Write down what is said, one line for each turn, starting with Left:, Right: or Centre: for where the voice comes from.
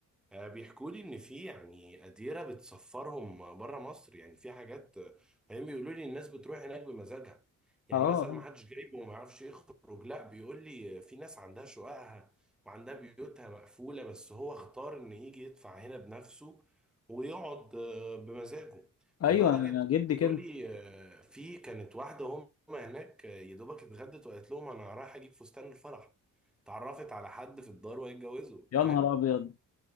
Centre: آه، بيحكوا لي ان في يعني قديره بتسفرهم بره مصر يعني في حاجات آه، هم بيقولوا لي الناس بتروح هناك بمزاجها يعني
Left: اه
Centre: مثلا ما حدش جايبه وما يعرفش يخرج لا بيقول لي في ناس عندها شققها وعندها بيوتها مقفوله بس هو اختار ان يجي يدفع هنا بنفسه ويقعد آه، بمزاجه
Left: ايوه
Centre: لدرجه
Left: انا أنا جدي
Centre: بيقولوا
Left: كده
Centre: لي آه، في كانت واحده هم هناك آه، يا دوبك اتغدت وقالت لهم انا رايحه اجيب فستان الفرح اتعرفت على حد في الدار وهيتجوزوا
Left: يا
Centre: فاهم
Left: نهار ابيض